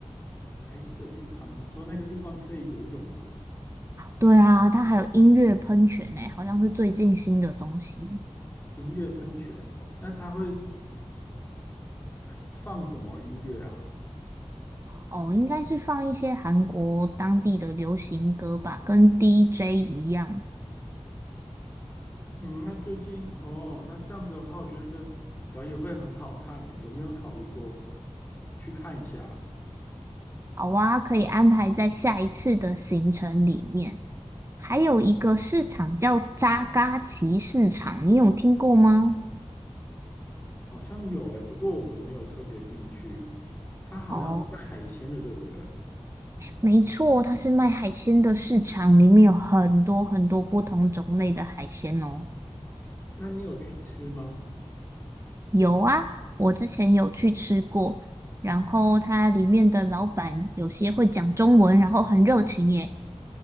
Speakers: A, on the left; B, on the right.
A: 海水浴场。你说那个地方可以游泳吗？
B: 对啊，它还有音乐喷泉呢，好像是最近新的东西。
A: 音乐喷泉，那它会放什么音乐啊？
B: 哦，应该是放一些韩国当地的流行歌吧，跟 DJ 一样。
A: 嗯，那最近哦，那这样子的话，我觉得那个表演会很好看诶，有没有考虑过去看一下？
B: 好啊，可以安排在下一次的行程里面。还有一个市场叫扎嘎奇市场，你有听过吗？
A: 好像有诶，不过我们没有特别进去。它好像是卖海鲜的，
B: 哦，
A: 对不对？
B: 没错，它是卖海鲜的市场，里面有很多很多不同种类的海鲜哦。
A: 那你有去吃吗？
B: 有啊，我之前有去吃过，然后它里面的老板有些会讲中文，然后很热情耶。